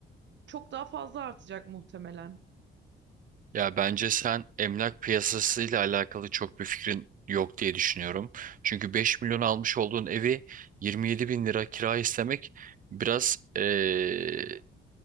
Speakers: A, on the right (about 65°); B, on the right (about 45°).
A: çok daha fazla artacak muhtemelen.
B: Ya bence sen emlak piyasasıyla alakalı çok bir fikrin yok diye düşünüyorum. Çünkü 5 milyon almış olduğun evi 27 bin lira kira istemek biraz eee,